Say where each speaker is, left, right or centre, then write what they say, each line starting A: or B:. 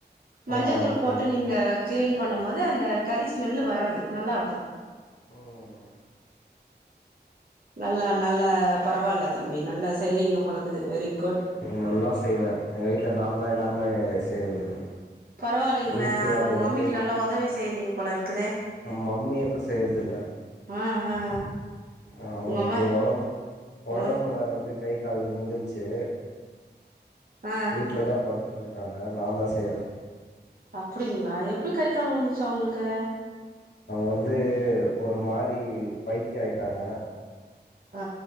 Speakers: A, on the right; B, on the left.
A: மஞ்சதூள்
B: ஆ போ
A: போட்டு நீங்க கிளீன் பண்ணும்மோது அந்த கறி ஸ்மெல்லு வராது நல்லாயிருக்கும்
B: ம்
A: நல்லா நல்ல பரவால்ல தம்பி நல்லா செய்றீங்க போலக்குது வெரி குட்
B: நல்லா செய்வேன் எங்க வீட்ல நா தான் எல்லாமே செய்றது
A: பரவாலலைங்களே
B: வீட்டு வேலையிலருந்து
A: உங்க மம்மிக்கு நல்லா உதவி செய்யறீங்க போல இருக்குது
B: யென் மம்மி எதும் செய்யறதில்ல
A: ஆ ஆ
B: அவங்க
A: உங்க அம்மா
B: வொடம்பு வொடம்புல
A: ஆ
B: வந்து கை கால் ஊல்ந்துச்சு
A: ஆ
B: வீட்ல தா படுத்து துட்டுயிருக்காங்க நான் தா செய்றன்
A: அப்டிங்களா எப்டி கை கால் உழுந்துச்சு அவுங்களுக்கு
B: அவங்க வந்து ஒரு மாரி பைத்தியம் ஆயிட்டாங்க
A: ஆ